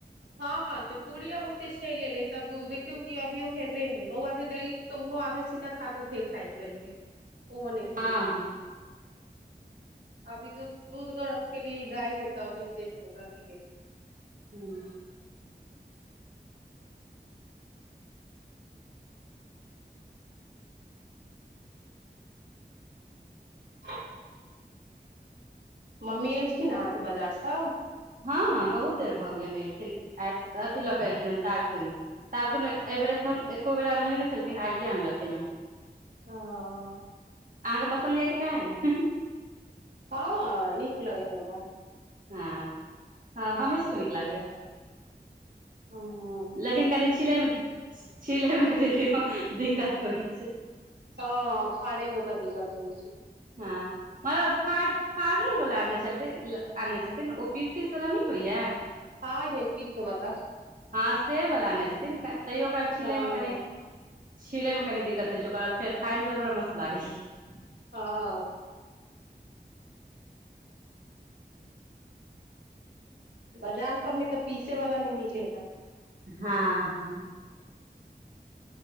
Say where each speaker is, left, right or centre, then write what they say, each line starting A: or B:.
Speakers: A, on the right (about 80°); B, on the right (about 50°).
A: हां हां तऽ पूरी अब ओत्ते चैल एलै तब उ देखियौ कि अभीयो हेबे है बौआ के देली तऽ उहो आधा छीदा खा कऽ फेक फाक देलके। उहो नै खेलके।
B: हँ हँ
A: अभी दूध दूध गरम केलीए गायके तऽ अभी देलीए ओकरा पिए लै।
B: हूं।
A: <inaudible> मम्मी एलखिन अहाँके बाजारसँ?
B: हां हां बहुत देर भऽ गेलैन एलखिन आय अथि लऽ कऽ <unintelligible> तारखुन तारखुन ए ए बेरा एखन एको बेरा आनलो नै छल। लेकिन आइए आनलखिन हन्।
A: हां।
B: अहाँके पसन्द यऽ कि नै?
A: हां नीक लगै हय हमरा।
B: हां हां हमरो सबके नीक लागै ए।
A: ह
B: लेकिन कनि छीलै मे छीलै मे लेकिन बड़ दिक्कत होइ छै।
A: हां फाड़े मे तै दिक्कत होय
B: हां मगर फाट फाटल बला आनलै छल आनने छथिन ओ पीस पीस वाला नहि होइया?
A: हँ यै पीस वाला।
B: ना से बलाा ने छथिन। तैयो ओकरा छिले
A: हँ
B: मे कनि छिले मे। कनि दिक्कत होइ छै ओकर बाद फेर खाय मे तऽ बड़ा म्त लागै छै।
A: हँ। बाजार सबमे तऽ पीसे वला नहि मिले है।
B: हँ। हँ।